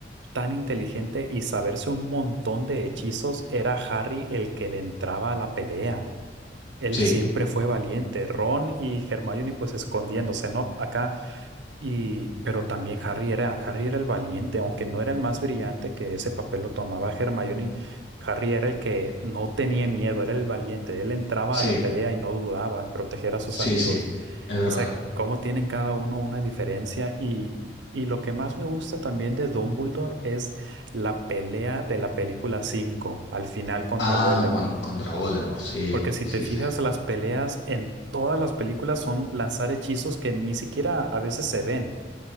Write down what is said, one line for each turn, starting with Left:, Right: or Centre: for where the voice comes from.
Right: tan inteligente y saberse un montón de hechizos, era Harry el que le entraba a la pelea. Él
Left: sí,
Right: siempre fue valiente, Ron y Hermione pues escondiéndose, ¿no? Acá y, pero también Harry era, Harry era el valiente, aunque no era el más brillante que ese papel lo tomaba Hermione. Harry era el que no tenía miedo, era el valiente. Él entraba
Left: sí,
Right: a la pelea y no dudaba en proteger a sus
Left: sí,
Right: amigos.
Left: sí, es verdad.
Right: O sea, cómo tienen cada uno una diferencia. Y, y lo que más me gusta también de Dumbledore es la pelea de la película 5 al final contra
Left: Ah,
Right: Voldemort.
Left: cuan- contra Voldemort, sí,
Right: Porque si
Left: sí
Right: te fijas,
Left: está.
Right: las peleas en todas las películas son lanzar hechizos que ni siquiera a veces se ven.